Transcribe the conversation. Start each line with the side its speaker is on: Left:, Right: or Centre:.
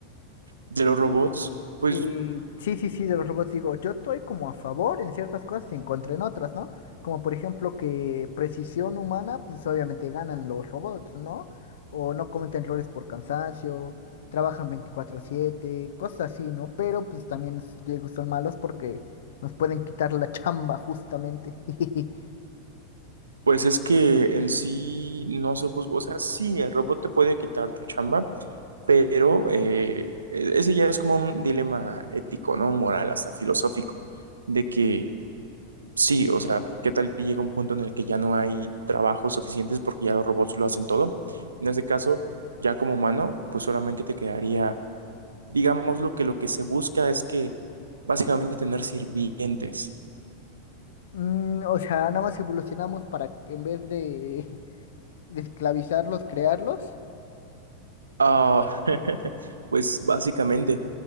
Right: De los robots, pues,
Left: Eh, sí, sí, sí, de los robots digo, yo estoy como a favor en ciertas cosas y en contra en otras, ¿no? Como por ejemplo que precisión humana, pues obviamente ganan los robots, ¿no? O no cometen errores por cansancio, trabajan veinticuatro siete cosas así, ¿no? Pero pues también s- digo, son malos porque nos pueden quitar la chamba justamente. <laughs>
Right: pues es que en sí no se busca, o sea, sí, el robot te puede quitar tu chamba, pero eh, e, ese ya es como un dilema ético, ¿no? Moral, hasta filosófico, de que Sí, o sea, ¿qué tal que llega un punto en el que ya no hay trabajos suficientes porque ya los robots lo hacen todo? En ese caso, ya como humano, pues solamente te quedaría, digamos, lo que lo que se busca es que básicamente tener sirvientes.
Left: Mm, o sea, nada más evolucionamos para que en vez de, <laughs> de esclavizarlos, crearlos.
Right: Ah, <laughs> pues básicamente,